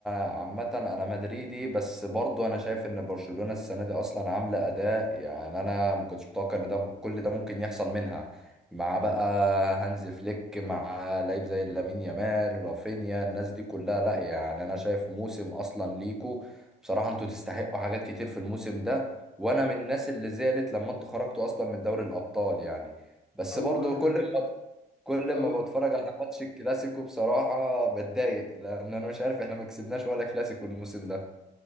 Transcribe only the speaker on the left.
اول
مره
<laughs>
اول
مره